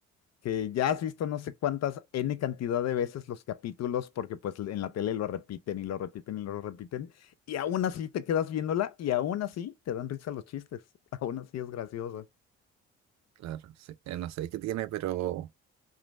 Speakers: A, on the left (about 55°); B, on the right (about 60°).
A: que ya has visto no sé cuántas N cantidad de veces los capítulos, porque pues en la tele lo repiten y lo repiten y lo repiten, y aún así te quedas viéndola y aún así te dan risa los chistes, <laughs> aún así es graciosa.
B: Claro, sí. Eh, No sé qué tiene, pero